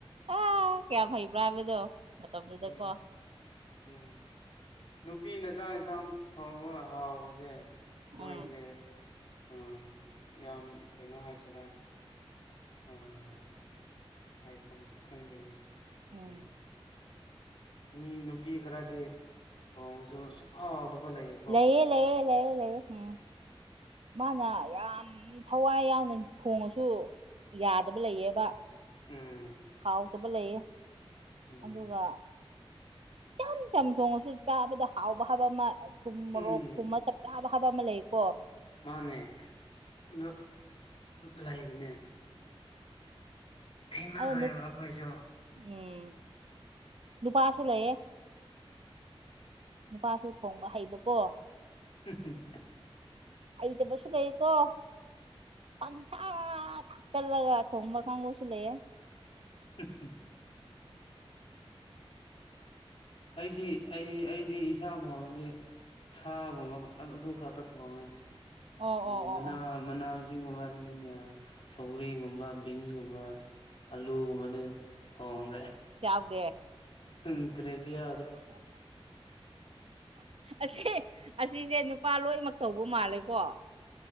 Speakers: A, on the right (about 75°); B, on the left (about 70°).
A: ꯑꯥ ꯀꯌꯥꯝ ꯍꯩꯕ꯭ꯔꯥ ꯍꯥꯏꯕꯗꯣ ꯃꯇꯝꯗꯨꯗꯀꯣ
B: ꯎꯝ ꯎꯝ ꯅꯨꯄꯤꯅ ꯆꯥꯛ ꯌꯦꯟꯁꯥꯡ ꯊꯣꯡꯕ ꯍꯥꯎꯕꯁꯦ ꯃꯣꯏꯁꯦ
A: ꯎꯝ
B: ꯎꯝ ꯌꯥꯝ ꯀꯩꯅꯣ ꯍꯥꯏꯁꯤꯔꯥ ꯑꯁ ꯍꯥꯏꯐꯝ ꯈꯪꯗꯦꯅꯦ
A: ꯎꯝ
B: ꯑꯗꯣ ꯃꯤ ꯅꯨꯄꯤ ꯈꯔꯗꯤ ꯊꯣꯡꯉꯁꯨ ꯍꯥꯎꯗꯕ ꯂꯩꯌꯦ
A: ꯂꯩꯌꯦ ꯂꯩꯌꯦ ꯂꯩꯌꯦ ꯂꯩꯌꯦ ꯎꯝ ꯃꯥꯅ ꯌꯥꯝ ꯊꯋꯥꯏ ꯌꯥꯎꯅ ꯊꯣꯡꯉꯁꯨ ꯌꯥꯗꯕ ꯂꯩꯌꯦꯕ
B: ꯎꯝ
A: ꯍꯥꯎꯇꯕ ꯂꯩꯌꯦ
B: ꯎꯝ
A: ꯑꯗꯨꯒ ꯆꯝ ꯆꯝ ꯊꯣꯡꯉꯁꯨ ꯆꯥꯕꯗ ꯍꯥꯎꯕ ꯍꯥꯏꯕ ꯑꯃ ꯊꯨꯝ ꯃꯣꯔꯣꯛ
B: ꯎꯝ
A: ꯀꯨꯝꯕ ꯆꯞ- ꯆꯥꯕ ꯍꯥꯏꯕ ꯑꯃ ꯂꯩꯌꯦꯀꯣ
B: ꯃꯥꯅꯦ ꯑꯗꯣ ꯂꯩꯕꯅꯦ ꯊꯦꯡꯅꯈ꯭ꯔꯦꯕ
A: ꯑꯗꯣ ꯅꯨ
B: ꯑꯩꯈꯣꯏꯁꯨ
A: ꯎꯝ ꯅꯨꯄꯥꯁꯨ ꯂꯩꯌꯦ ꯅꯨꯄꯥꯁꯨ ꯊꯣꯡꯕ ꯍꯩꯕꯀꯣ
B: <unintelligible>
A: ꯍꯩꯇꯕꯁꯨ ꯂꯩꯀꯣ ꯄꯪꯊꯥ ꯊꯥ ꯆꯠꯂꯒ ꯊꯣꯡꯕ ꯀꯥꯡꯕꯨꯁꯨ ꯂꯩꯌꯦ
B: <unintelligible> ꯑꯩꯁꯤ ꯑꯩ ꯑꯩꯗꯤ ꯏꯟꯁꯥꯡ ꯊꯣꯡꯉꯗꯤ ꯁꯥꯒꯨꯝꯕ ꯑꯗꯨ ꯈꯛꯇ ꯊꯣꯡꯉꯦ
A: ꯑꯣ
B: <unintelligible>
A: ꯑꯣ ꯑꯣ ꯑꯣ
B: ꯃꯅꯥ ꯃꯁꯤꯡꯒꯨꯝꯕ ꯁꯧꯒꯔꯤꯒꯨꯝꯕ ꯕꯤꯟꯁ ꯀꯨꯝꯕ ꯑꯂꯨꯒꯨꯝꯕꯗꯤ ꯊꯣꯡꯗꯦ
A: ꯍꯧꯗꯦ
B: ꯏꯟꯇꯔꯔꯦꯁ ꯌꯥꯎꯗꯦ
A: ꯑꯁꯤ ꯑꯁꯤꯁꯦ ꯅꯨꯄꯥ ꯂꯣꯏꯃꯛ ꯇꯧꯕ ꯃꯥꯜꯂꯦꯀꯣ